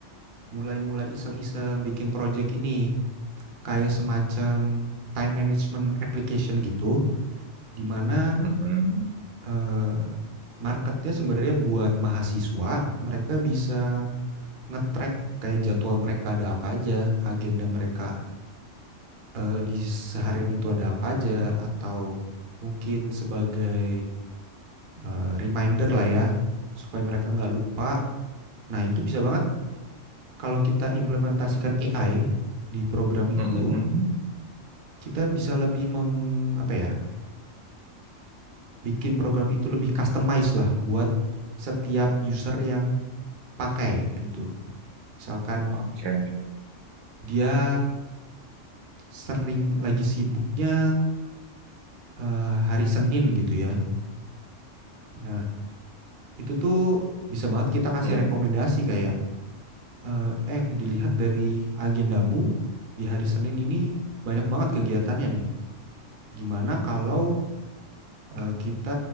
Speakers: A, on the right (about 55°); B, on the right (about 75°).
A: mulai-mulai iseng-iseng bikin project ini. Kayak semacam time management application gitu, di mana
B: Mm-mm.
A: eh, marketnya sebenarnya buat mahasiswa, mereka bisa nge-track kayak jadwal mereka ada apa aja, agenda mereka eh, di seharian itu ada apa aja, atau mungkin sebagai eh, reminder lah ya, supaya mereka nggak lupa. Nah, itu bisa banget kalau kita implementasikan AI di program itu,
B: Mm-mm.
A: kita bisa lebih meng apa ya, membikin program itu lebih customized lah buat setiap user yang pakai gitu. Misalkan
B: Oke.
A: dia sering lagi sibuknya eh, hari Senin gitu ya. Nah, itu tuh bisa banget kita kasih
B: Mm-mm.
A: rekomendasi kayak eh eh, dilihat dari agendamu di hari Senin ini banyak banget kegiatannya nih. Gimana kalau eh, kita